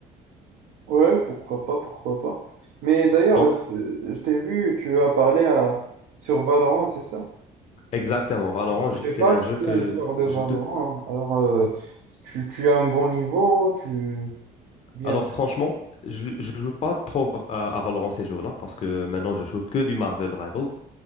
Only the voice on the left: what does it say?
Donc,
exactement, Valorant,
je-
c'est
un jeu
que
je te...
Alors, franchement, je ne joue pas trop à, à Valorant ces jours-là parce que maintenant, je joue que du Marvel Rivals.